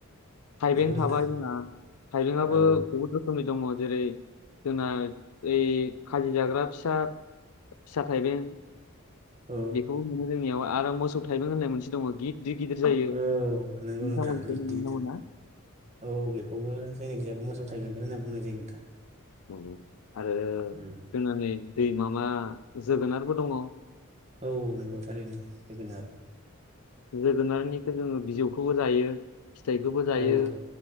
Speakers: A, on the left; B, on the right.
A: थाइबें
B: नंगौ नोंथां
A: थाबाय जोंना, थाइबेंआबो
B: औ
A: बहुत रोखोमनि दङ। जेरै जोंना ओइ खाजि जाग्रा फिसा फिसा थाइबें।
B: औ
A: बेखौबो मोनो जोंनियाव, आरो मोसौ थाइबें होननाय मोनसे दङ गिद गिदिर गिदिर जायो। नोंथांमोननिखै
B: औ नंगौ नोंथां बिदि
A: मोनोना
B: गिदिर
A: मोना?
B: औ बेखौबो जोंनि खिजायबो मोसौ थाइबेंखौनो होनना बुंनाय जायो नोंथां।
A: औ ओ। आरो
B: उम
A: जोंना नै दै माबा जोगोनारबो दङ।
B: औ नंगौ थारैनो जोगोनार।
A: जोगोनारनिखौ जोङो बिजौखौबो जायो। फिथाइखौबो जायो
B: औ